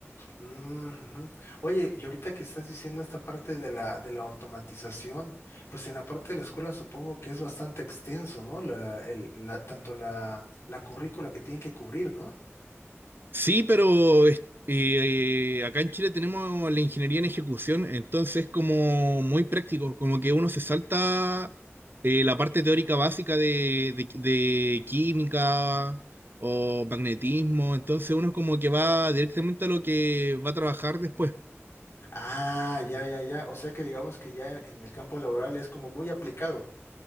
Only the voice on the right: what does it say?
Sí, pero es- eh, eh, acá en Chile tenemos la ingeniería en ejecución, entonces es como muy práctico, como que uno se salta eh, la parte teórica básica de, de- de química o magnetismo, entonces uno como que va directamente a lo que va a trabajar después.